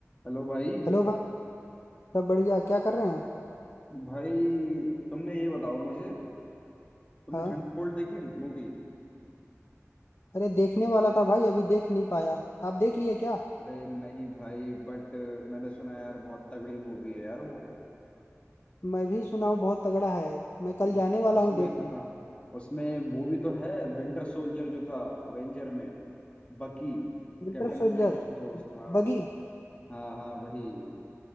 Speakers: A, on the left (about 25°); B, on the left (about 55°).
A: Hello भाई
B: Hello भाई सब बढ़िया क्या कर रहे हैं
A: भाई तुमने ये बताओ मुझे तुमने
B: हाँ
A: थंडरबोल्ट देखी मूवी
B: अरे देखने वाला था भाई अभी देख नहीं पाया आप देख लिए क्या
A: अरे नहीं भाई बट मैंने सुना है यार बहुत तगड़ी मूवी है यार वो
B: मैं भी सुना हूँ बहुत तगड़ा है मैं कल
A: उस
B: जाने वाला
A: उसमें
B: हूँ देखने
A: हाँ उसमें वो भी तो है विंटर सोल्जर जो था अवेंजर में बकी
B: Winter
A: कैप्टन
B: soldier
A: अमेरिका दोस्त हाँ
B: बगी
A: हाँ हाँ वही